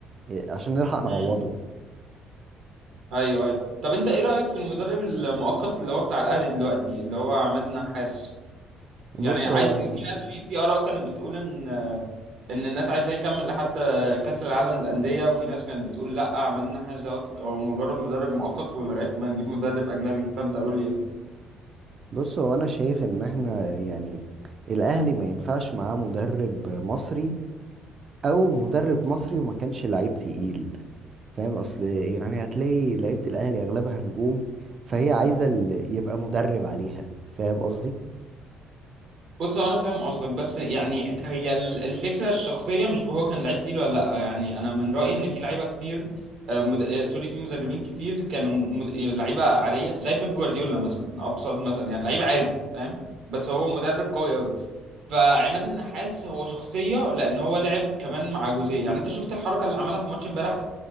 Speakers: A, on the right; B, on the right.
A: إيه، عشان نلحق نعوضه
B: يعني ايوه ايوه طب انت ايه رأيك في المدرب المؤقت اللي هو بتاع الاهلي دلوقتي اللي هو عماد النحاس
A: بص
B: يعني عايز
A: هو
B: في ناس في في اراء كانت بتقول ان ان الناس عايزاه يكمل لحد كأس العالم للأندية وفي ناس كانت بتقول لا عماد النحاس ده هو مجرد مدرب مؤقت ولغاية ما نجيب مدرب اجنبي فانت قول لي
A: بص هو انا شايف ان احنا يعني الاهلي ما ينفعش معاه مدرب مصري او مدرب مصري وما كانش لعيب تقيل فاهم اصل يعني هتلاقي لعيبة الاهلي اغلبها نجوم فهي عايزة اللي يبقى مدرب عليها فاهم قصدي
B: بص هو انا فاهم قصدك بس يعني هي ال- الفكره الشخصيه مش هو كان لعيب تقيل ولا لا يعني انا من رايي ان في لعيبه كتير آه، مد... آه، سوري في مدربين كتير كانوا مد... آه، لعيبه عاديه زي بيب جوارديولا مثلا ابسط مثلا يعني لعيب عادي فاهم بس هو مدرب قوي قوي فعماد النحاس هو شخصيه لان هو لعب كمان مع جوزيه يعني انت شفت الحركه اللي عملها في ماتش امبارح